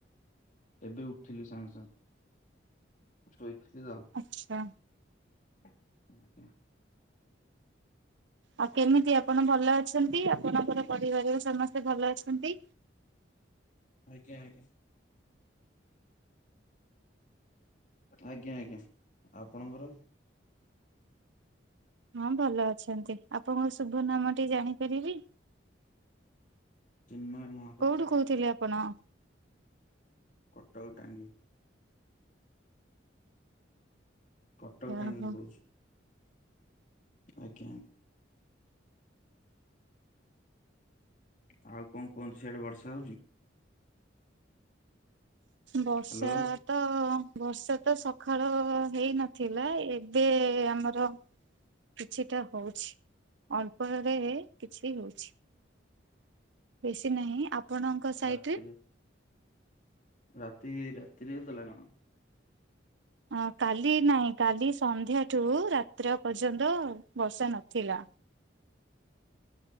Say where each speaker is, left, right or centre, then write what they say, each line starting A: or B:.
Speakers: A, on the left; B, on the right.
A: ଏବେ ଉଠିଲି ସାଙ୍ଗେ ସାଙ୍ଗେ ଶୋଇଥିଲି ତ।
B: ଆଚ୍ଛା
A: <unintelligible>
B: ଆଉ କେମିତି ଆପଣ ଭଲ ଅଛନ୍ତି ଆପଣଙ୍କର ପରିବାରରେ ସମସ୍ତେ ଭଲ ଅଛନ୍ତି।
A: ଆଜ୍ଞା ଆଜ୍ଞା। ଆଜ୍ଞା ଆଜ୍ଞା ଆପଣଙ୍କର।
B: ହଁ ଭଲ ଅଛନ୍ତି ଆପଣଙ୍କ ଶୁଭ ନାମ ଟିକେ ଜାଣିପାରିବି।
A: ଚିନ୍ମୟ ମହାପାତ୍ର
B: କୋଉଠୁ କହୁଥିଲେ ଆପଣ?
A: କଟଳ ଟାଙ୍ଗି କଟକ ଟାଙ୍କରେ
B: ଓହୋ
A: କହୁଛି। ଆଜ୍ଞା। ଆଉ କଣ କୁହନ୍ତୁ ସିଆଡେ ବର୍ଷା ହଉଛି।
B: ବର୍ଷା
A: ହ୍ୟାଲୋ
B: ତ ବର୍ଷା ତ ସକାଳ ହେଇନଥିଲା ଏବେ ଆମର କିଛିଟା ହଉଛି ଅଳ୍ପରେ କିଛି ହଉଛି। ବେଶୀ ନାହିଁ ଆପଣଙ୍କ ସାଇଟ୍
A: ରାତିରେ
B: ରେ
A: ରାତି ରାତିରେ କେ ହେଇଥିଲା କଣ?
B: ଅ କାଲି ନାଇଁ କାଲି ସନ୍ଧ୍ୟାଠୁ ରାତ୍ର ପର୍ଯ୍ୟନ୍ତ ବର୍ଷା ନଥିଲା।